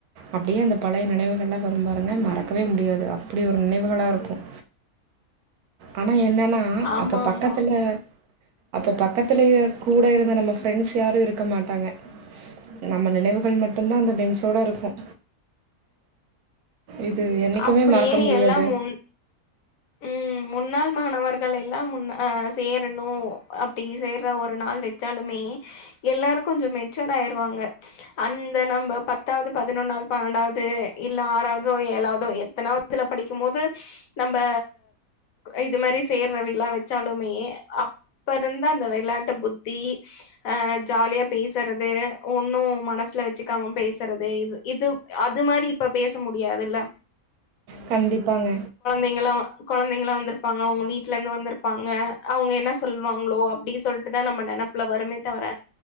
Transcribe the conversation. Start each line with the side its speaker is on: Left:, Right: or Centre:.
Right: அப்டியே அந்த பழைய நினைவுகள்லாம் வரும் பாருங்க மறக்கவே முடியாது அப்படி ஒரு நினைவுகளா இருக்கும் ஆனா என்னன்னா
Left: ஆமா
Right: அப்ப பக்கத்துல
Left: ஆமா
Right: அப்ப பக்கத்துல கூட இருந்த நம்ம ப்ரெண்ட்ஸ் யாரும் இருக்க மாட்டாங்க நம்ம நினைவுகள் மட்டு அப்ப தான் அந்த பெஞ்சோடு இருக்கும் இது என்னைக்குமே
Left: அப்டியே
Right: மறக்க முடியாது
Left: எல்லா முன் ம் முன்னாள் மாணவர்கள் எல்லாம் முன்னா சேரணும் அப்டி சேற ஒரு நாள் வச்சாலுமே எல்லாரும் கொஞ்சம் மெச்சூர் ஆயிருவாங்க அந்த நம்ம பத்தாவது பதினொன்னாவது பன்னெண்டாவது இல்ல ஆறாவதோ ஏழாவதோ எத்தனாவதுல படிக்கும் போது நம் ப இது மாதிரி சேர்ற விழா வச்சாலுமே அப்ப இருந்து அந்த விளையாட்டு புத்தி அ ஜாலியா பேசுறது ஒன்னும் மனசுல வச்சுக்காம பேசுறது இது இது அது மாரி இப்ப பேச முடியாதுல்ல
Right: கண்டிப்பாங்க
Left: தைங்களாம் கொழந்தைங்களாம் வந்திருப்பாங்க அவங்க வீட்டு்ல இருந்து வந்திருப்பாங்க அவங்க என்ன சொல்லுவாங்களோ அப்டி சொல்லிட்டுதான் நம்ம நெனப்புல வருமே தவிர